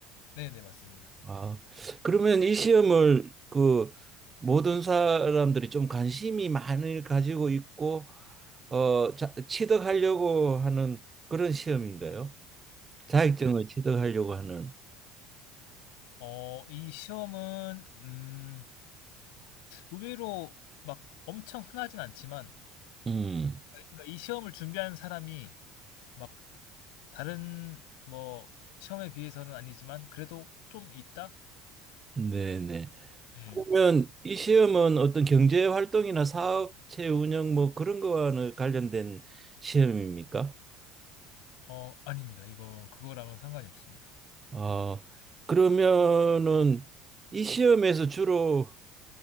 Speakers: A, on the left (about 75°); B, on the right (about 25°).
A: 네, 네, 맞습니다.
B: 아, 그러면 이 시험을 그 모든 사람들이 좀 관심이 많이 가지고 있고 어, 자, 취득하려고 하는 그런 시험인가요? 자격증을 취득하려고 하는.
A: 어, 이 시험은 음, 의외로 막 엄청 흔하진 않지만
B: 음,
A: 그러니까 이 시험을 준비한 사람이 막 다른 뭐 시험에 비해서는 아니지만 그래도 좀 있다?
B: 네네.
A: 네.
B: 그러면 이 시험은 어떤 경제 활동이나 사업체 운영 뭐 그런 거와는 관련된 시험입니까?
A: 어, 아닙니다. 이거 그거랑은 상관이 없습니다.
B: 어, 그러면은 이 시험에서 주로